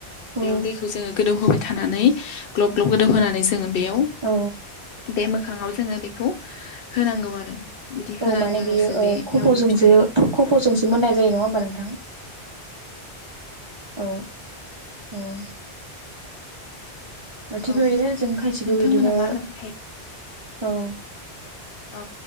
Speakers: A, on the left (about 65°); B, on the right (about 45°).
A: बेयाव
B: औ
A: दैखौ जोङो गोदौहोबाय थानानै ग्लब ग्लब गोदौ होनानै जोङो बेयाव
B: औ
A: बे मोखाङाव जोङो बेखौ होनांगौ आरो बिदि
B: औ
A: होननि
B: माने
A: उनावसो
B: बियो ओ
A: बे
B: खफ'जोंसो
A: लावदुम फि
B: खफ'जोंसो मोननाय जायो नङा होमबा नोंथां औ औ ओ थिग
A: औ
B: बेबायदिनो जों खायसेखौ
A: नोंथांमोना
B: बिदिनो
A: माबायदिहाय
B: औ
A: औ